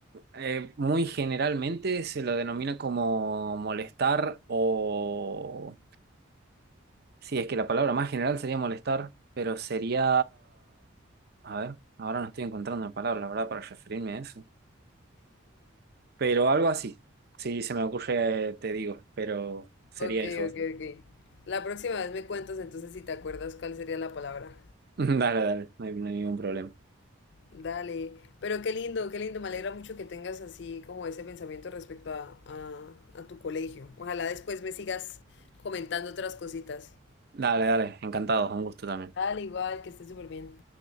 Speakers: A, on the right; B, on the left.
A: eh, muy generalmente se lo denomina como molestar o Sí, es que la palabra más general sería molestar, pero sería... A ver, ahora no estoy encontrando una palabra, la verdad, para referirme a eso. Pero algo así. Si se me ocurre, eh, te digo, pero sería
B: Ok,
A: eso básicamente.
B: ok, ok. La próxima vez me cuentas entonces si te acuerdas cuál sería la palabra.
A: <laughs> Dale, dale, no hay, no hay ningún problema.
B: Dale. Pero qué lindo, qué lindo. Me alegra mucho que tengas así como ese pensamiento respecto a, a, a tu colegio. Ojalá después me sigas comentando otras cositas.
A: Dale, dale, encantado, un gusto también.
B: Dale, igual, que estés súper bien.